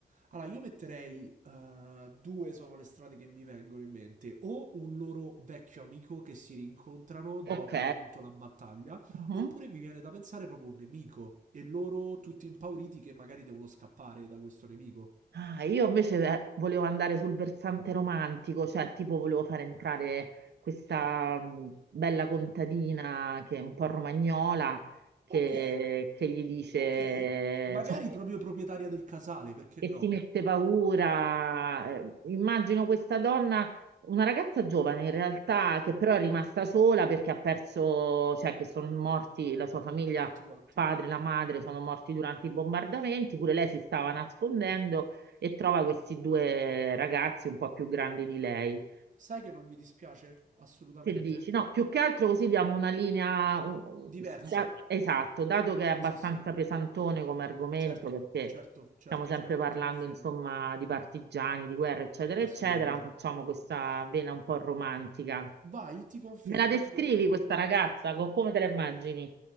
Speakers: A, on the right (about 45°); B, on the right (about 75°).
A: Allora, io metterei, eh, due sono le strade che mi vengono in mente, o un loro vecchio amico che si rincontrano dopo
B: Ok.
A: appunto la battaglia,
B: Mhm.
A: oppure mi viene da pensare proprio un nemico e loro tutti impauriti che magari devono scappare da questo nemico.
B: Ah, io invece eh, volevo andare sul versante romantico, cioè tipo volevo fare entrare questa
A: O-
B: mh, bella contadina che è un po' romagnola, che,
A: Ok,
B: che gli dice,
A: ok. Magari
B: insomma,
A: proprio proprietaria del casale, perché
B: che
A: no?
B: si mette paura. Eh, Immagino questa donna, una ragazza giovane in realtà, che però è rimasta sola perché ha perso, cioè che sono morti la sua famiglia,
A: Tutti quanti.
B: il padre, la madre, sono morti durante i bombardamenti, pure lei si stava nascondendo e trova questi due ragazzi un po' più grandi di lei.
A: Sai che non mi dispiace? Assolutamente.
B: Che dici? No, più che altro così diamo una linea, un-
A: Diversa.
B: da- esatto, dato che è abbastanza
A: Sì, sì.
B: pesantone come argomento,
A: Certo,
B: perché
A: certo, certo,
B: stiamo sempre
A: certo,
B: parlando,
A: ti confermo.
B: insomma, di partigiani, di guerra, eccetera,
A: Assolutamente.
B: eccetera, facciamo questa vena un po' romantica.
A: Vai, ti confermo,
B: Me la descrivi
A: ti confermo.
B: questa ragazza? Co- Come te la immagini?